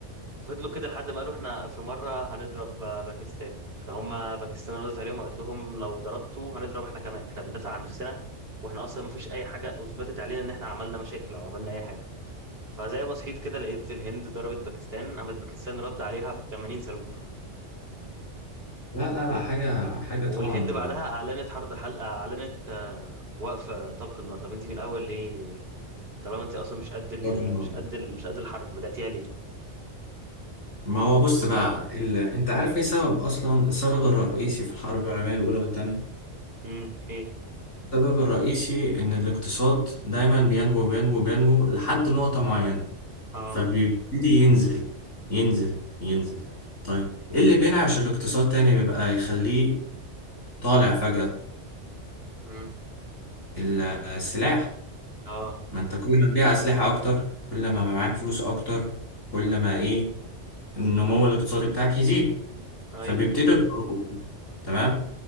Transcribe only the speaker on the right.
فضلوا كده لحد ما قالوا احنا في مرة هنضرب آه، باكستان فهم باكستان ردت عليهم وقالت لهم لو ضربتوا هنضرب احنا كمان احنا بندافع عن نفسنا واحنا اصلا مفيش اي حاجة اثبتت علينا ان احنا عملنا مشاكل او عملنا اي حاجة فزي ما صحيت كده لقيت الهند ضربت باكستان قامت باكستان رد عليها ب 80 صاروخ
والهند
بعدها اعلنت حرب حل... اعلنت آه، وقف طلق النار طب انت من الاول ليه طالما انت اصلا مش قد ال...
مش قد ال... مش قد الحرب بدأتيها ليه
امم هي
اه
امم
اه
ايوه